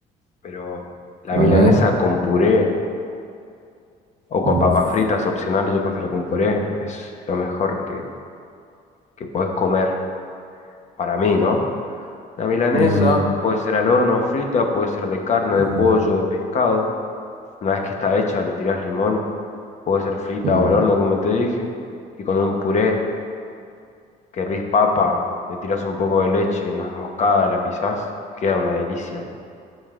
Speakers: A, on the left; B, on the right.
A: pero la
B: A
A: milanesa
B: ver.
A: con puré o con
B: Uf.
A: papas fritas opcionales, yo prefiero con puré, es lo mejor que, que podés comer para mí, ¿no? La milanesa
B: No, no.
A: puede ser al horno frita, puede ser de carne,
B: ujú.
A: de pollo, de pescado. Una vez que está hecha, le tirás limón. Puede ser frita
B: Uh,
A: o al horno, como te dije. Y con un puré que hervís papa, le tirás un poco de leche, no es moscada, la pisás. Queda una delicia.